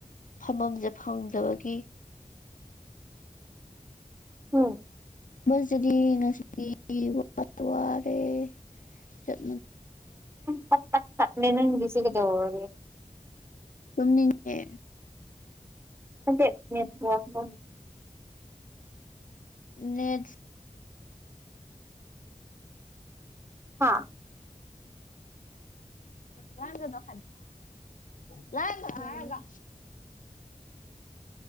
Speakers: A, on the left (about 75°); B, on the right (about 20°).
A: ꯐꯝꯃꯝꯁꯦ ꯐꯪꯗꯕꯒꯤ
B: ꯎꯝ
A: ꯃꯖꯗꯤꯅꯁꯤ ꯋꯥ ꯇ ꯋꯥꯔꯦ ꯆꯠ
B: ꯄ ꯄ ꯇꯅꯦꯅ ꯂꯤꯁꯤ ꯀꯗ ꯋꯥ
A: ꯇꯨꯝꯅꯤꯡꯉꯦ
B: ꯑ ꯆ ꯌꯦꯄ
A: ꯅꯦꯠ
B: ꯍꯥꯥ
A: ꯂꯥꯡꯒꯣꯗ ꯂꯒ
B: ꯎꯝ